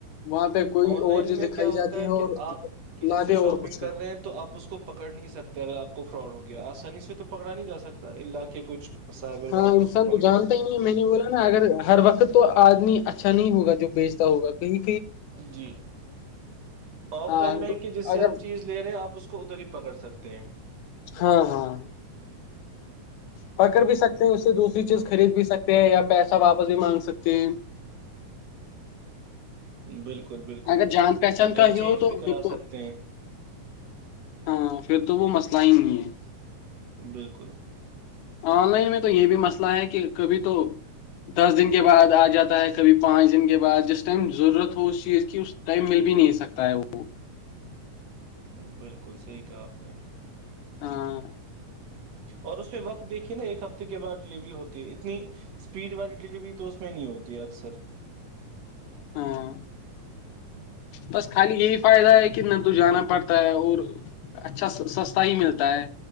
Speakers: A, on the left; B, on the right.
A: وہاں پہ کوئی
B: آن لائن
A: اور چیز
B: میں
A: دکھائی
B: کیا ہوتا
A: جاتی
B: ہے کہ
A: اور
B: آپ کسی
A: لاتے
B: سے شاپنگ
A: اور کچھ
B: کر
A: ہے
B: رہے ہیں تو آپ اس کو پکڑ نہیں سکتے کہ اگر آپ کو فراڈ ہو گیا آسانی سے تو پکڑا نہیں جا سکتا اللہ کے کچھ سائبر
A: ہاں
B: والے اس
A: انسان
B: کو پکڑے
A: تو جانتا ہی نہیں ہے میں نے بولا نا اگر ہر وقت تو آدمی اچھا اچھا نہیں ہوگا جو بیچتا ہوگا نہیں
B: جی آف
A: ہاں
B: لائن میں
A: تو
B: ہے کہ جس سے
A: اگر
B: آپ چیز لے رہے ہیں آپ اس کو ادھر ہی پکڑ سکتے تے
A: ہاں ہاں پکڑ بھی سکتے ہیں اس سے دوسری چیز خرید بھی سکتے ہیں یا پیسہ واپس بھی مانگ سکتے ہیں
B: بالکل بالکل بالکل
A: اگر جان پہچان کا
B: ایکسچینج
A: ہی ہو تو
B: بھی
A: پھر
B: کرا
A: تو
B: سکتے ہیں
A: ہاں پھر تو وہ مسئلہ ہی نہیںئی ہیں
B: بالکل
A: آن لائن میں تو یہ بھی مسئلہ ہے کہ کبھی تو دس دن کے بعد آ جاتا ہے کبھی پانچ دن کے بعد جس ٹائم ضرورت ہو اسی چیز کی اس ٹائم مل بھی نہیں سکتا ہے وہ
B: بالکل بالکل صحیح کہا آپ نے
A: ہاں
B: اور اس میں وقت دیکھیے نا ایک ہفتے کے بعد ڈلیوری ہوتی ہے اتنی اسپیڈ والی ڈیلیوری تو اس میں نہیں ہوتی ہے اکثر
A: ہاں بس خالی یہی فائدہ ہے کہ نہ تو جانا پڑتا ہے اور اچھا سستا ہی ملتا ہے